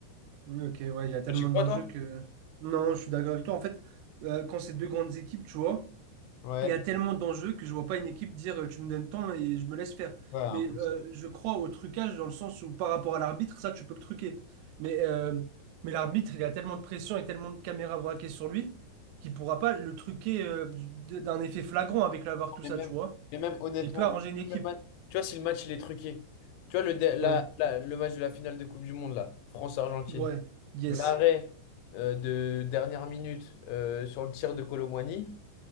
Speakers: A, on the right; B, on the left.
A: Oui, Ok, ouais, il y a tellement
B: Tu crois,
A: d'enjeux
B: toi?
A: que. Non, je suis d'accord avec toi. En fait, euh, quand c'est deux grandes équipes, tu vois,
B: Ouais,
A: Il y a tellement d'enjeux que je vois pas une équipe dire euh, tu me donnes temps et je me laisse faire.
B: ouais, impossible.
A: Mais euh, je crois au trucage dans le sens où par rapport à l'arbitre, ça tu peux le truquer. Mais, euh, mais l'arbitre, il a tellement de pression et tellement de caméras braquées sur lui qu'il pourra pas le truquer euh, d- d'un effet flagrant avec la VAR, tout
B: Et
A: ça,
B: même,
A: tu vois.
B: et même honnêtement,
A: Mais il peut arranger une équipe.
B: si le match- tu vois, si le match il est truqué, tu vois, le, dé- la-
A: Ouais,
B: la- le match de la finale de Coupe du Monde, là, France-Argentine,
A: ouais, yes.
B: l'arrêt euh, de dernière minute euh, sur le tir de Colomboigny,